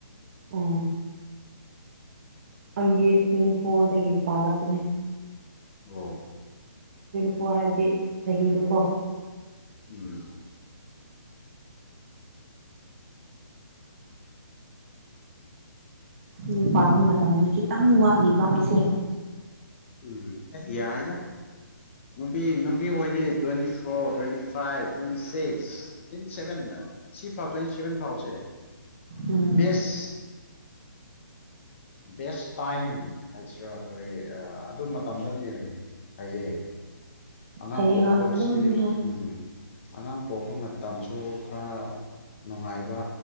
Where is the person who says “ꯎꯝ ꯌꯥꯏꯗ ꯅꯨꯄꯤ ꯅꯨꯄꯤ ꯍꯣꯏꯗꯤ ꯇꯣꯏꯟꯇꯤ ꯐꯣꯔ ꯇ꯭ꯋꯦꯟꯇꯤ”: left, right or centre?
Left